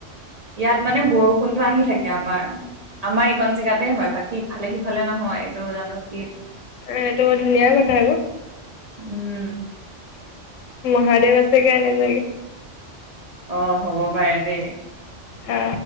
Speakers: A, on the right; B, on the left.
A: ইয়াত মানে বৰষুণতো আহি থাকে এ আমাৰ আমাৰ এইকন জেগাতে হয় বাকী ইফালে সিফালে নহয় এইটো জানো কি
B: এইটো বৰ ধুনীয়া কথা আকৌ।
A: উম
B: মহাদেৱ আছে গাই নোজাগে
A: অ হ'ব পাৰে দেই
B: অ